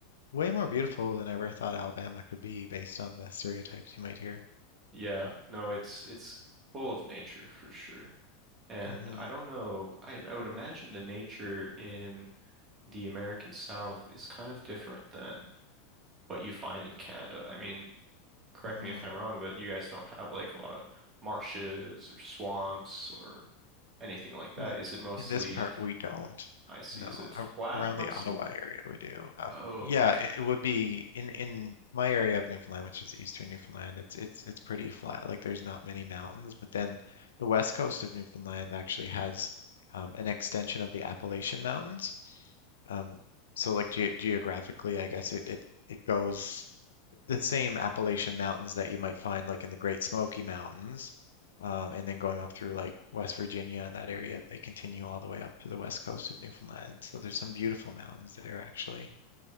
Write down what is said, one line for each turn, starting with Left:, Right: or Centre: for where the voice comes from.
Left: Way more beautiful than I ever thought Alabama could be based on the stereotypes you might hear.
Right: yeah, no, it's it's full of nature for sure. And
Left: mm hmm
Right: I don't know, I I would imagine the nature in the American South is kind of different than what you find in Canada. I mean, correct
Left: mm hmm
Right: me if I'm wrong, but you guys don't have like a lot of marshes or swamps or anything like that.
Left: In
Right: Is it mostly,
Left: in this part we don't.
Right: I see,
Left: No,
Right: is it flat
Left: ar- around
Right: mostly?
Left: the Ottawa area we do. Um,
Right: Oh,
Left: yeah,
Right: okay.
Left: it, it would be in in my area of Newfoundland, which is eastern Newfoundland. It's it's it's pretty flat. Like there's not many mountains, but then the west coast of Newfoundland actually has um, an extension of the Appalachian Mountains. Um, so like ge geographically, I guess it it it goes the same Appalachian mountains that you might find like in the Great Smoky Mountains, um, and then going off through like West Virginia and that area, they continue all the way up to the west coast of Newfoundland. So there's some beautiful mountains there actually,